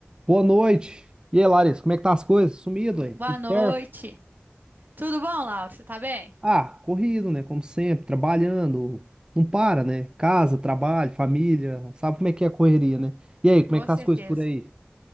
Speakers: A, on the right; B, on the right.
A: Boa noite. E aí, Larissa, como é que tá as coisas? Sumido aí?
B: Boa
A: Tudo
B: noite.
A: certo?
B: Tudo bom, Laura? Você tá bem?
A: Ah, corrido, né? Como sempre, trabalhando. Não para, né? Casa, trabalho, família. Sabe como é que é a correria, né? E aí, como
B: Com
A: é que tá
B: certeza.
A: as coisas por aí?